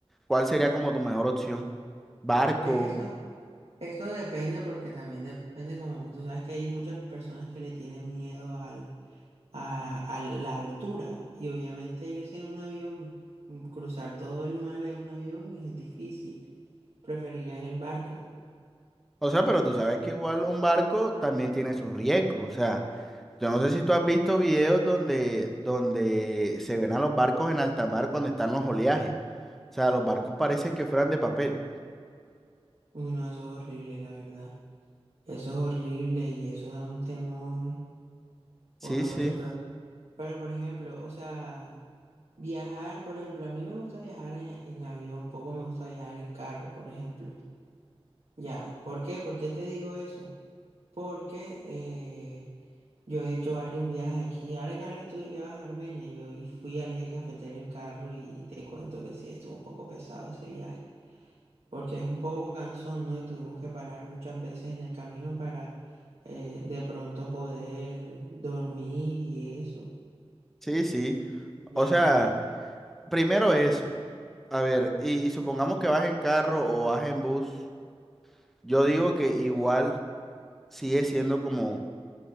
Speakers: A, in the centre; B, on the right (about 75°).
A: ¿cuál sería como tu mejor opción? Barco.
B: Es que eso, eso depende porque también depende como, tú sabes que hay muchas personas que le tienen miedo al, a, a la altura y obviamente irse en un avión, mm, cruzar todo el mar en un avión es difícil. Preferirían el barco.
A: O sea, pero tú sabes
B: Sí.
A: que igual un barco también tiene sus riesgos. O sea, yo no sé si tú has visto videos donde, donde se ven a los barcos en alta mar cuando están los oleajes. O sea, los barcos parecen que fueran de papel.
B: Uy, no, eso es horrible, la verdad. Eso es horrible y eso da un temor
A: Sí,
B: horroroso,
A: sí,
B: pero, pero por ejemplo, o sea... Viajar, por ejemplo, a mí me gusta viajar en, en avión, poco me gusta viajar en carro, por ejemplo. Ya, ¿por qué? ¿Por qué te digo eso? Porque eh, yo he hecho varios viajes aquí. Ahora que hablas tú de que vas a Armenia, yo y fui al eje cafetero en carro y, y te cuento que sí, estuvo un poco pesado ese viaje, porque es un poco cansón, ¿no? Y tuvimos que parar muchas veces en el camino para eh, de pronto poder dormir y eso.
A: sí, sí.
B: Ya,
A: O sea, primero eso. A ver, y, y supongamos que vas en carro o vas en bus. Yo digo que igual. sigue siendo como,